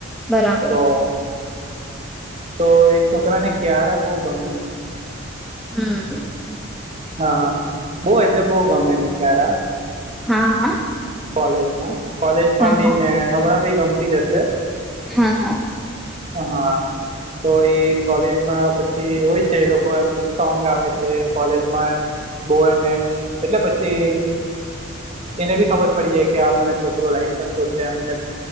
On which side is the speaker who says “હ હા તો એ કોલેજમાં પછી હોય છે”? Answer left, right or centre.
Right